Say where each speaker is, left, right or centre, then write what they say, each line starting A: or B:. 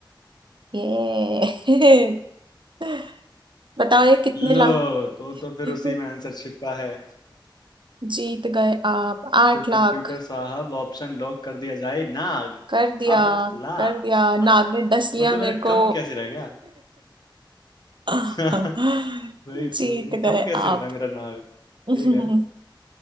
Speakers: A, on the right (about 70°); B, on the left (about 55°).
A: ये <laughs> बताओ ये कितने
B: लो
A: लाख
B: तो तो फिर
A: <laughs>
B: उसी में आंसर छिपा है
A: जीत गए आप आठ
B: तो
A: लाख
B: कंप्यूटर साहब ऑप्शन लॉक कर दिया जाए नाग
A: कर दिया
B: आठ लाख
A: कर दिया नाग ने डस लिया
B: मतलब
A: मेरे
B: मेरा
A: को
B: कम कैसे रह गया
A: <laughs>
B: <laughs> वही
A: जीत
B: तो ये
A: गए
B: कम कैसे
A: आप
B: हो रहा है मेरा नाग ठीक
A: <laughs>
B: है